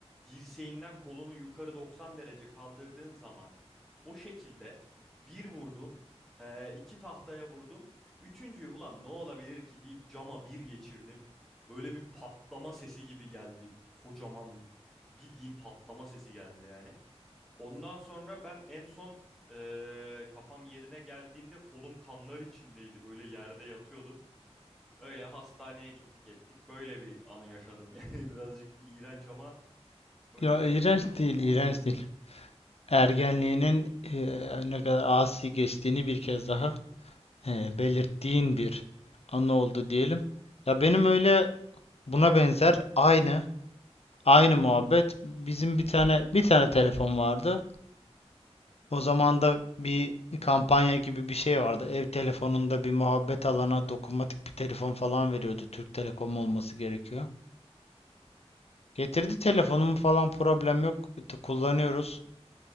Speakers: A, in the centre; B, on the left (about 65°).
A: dirseğinden kolunu yukarı 90 derece kaldırdığın zaman o şekilde bir vurdum, ee, iki tahtaya vurdum. Üçüncüyü ulan ne olabilir ki deyip cama bir geçirdim. Böyle bir patlama sesi gibi geldi. Kocaman bildiğim patlama sesi geldi yani. Ondan sonra ben en son eee, kafam yerine geldiğinde kolum kanlar içindeydi. Böyle yerde yatıyordum. Öyle hastaneye gittik ettik. Böyle bir anı yaşadım. <laughs> Yani birazcık iğrenç ama böyle
B: Ya
A: garip
B: iğrenç
A: bir anım
B: değil,
A: oldu.
B: iğrenç değil. Ergenliğinin e, ne kadar asi geçtiğini bir kez daha e, belirttiğin bir anı oldu diyelim. Ya benim öyle buna benzer aynı aynı muhabbet. Bizim bir tane bir tane telefon vardı. O zaman da bir kampanya gibi bir şey vardı. Ev telefonunda bir muhabbet alana dokunmatik bir telefon falan veriyordu. Türk Telekom olması gerekiyor. Getirdi telefonumu falan problem yok. E, T- Kullanıyoruz.